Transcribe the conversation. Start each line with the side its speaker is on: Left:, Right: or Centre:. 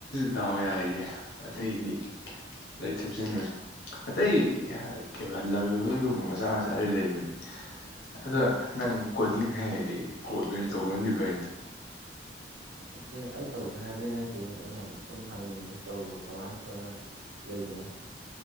Left: ꯗꯥꯎꯋꯦ ꯍꯥꯏꯌꯦꯦ ꯑꯇꯩꯗꯤ ꯂꯩ ꯊꯨꯞꯆꯤꯟꯈꯔꯦ ꯑꯇꯩ ꯀꯩꯜꯂꯕꯤꯕꯣꯏꯒꯨꯝꯕ ꯃꯆꯥ ꯃꯆꯥꯗꯤ ꯂꯩꯕꯅꯦ ꯑꯗꯣ ꯅꯪ ꯀꯣꯗꯤꯡ ꯍꯥꯏꯔꯗꯤ ꯀꯣ ꯑꯣꯏꯅ ꯇꯧꯕ ꯑꯣꯏꯅꯗꯤ ꯐꯩꯅ
Right: ꯅꯠꯇꯦ ꯑꯩ ꯇꯧꯗꯦ ꯍꯥꯏꯕꯩ ꯅꯠꯇꯦ ꯑꯩꯅ ꯍꯥꯏꯗꯤ ꯁꯨꯝ ꯍꯪꯉꯤꯅꯦ ꯇꯧꯕ ꯀꯃꯥꯏ ꯀꯣꯟꯅ ꯂꯩꯗꯅ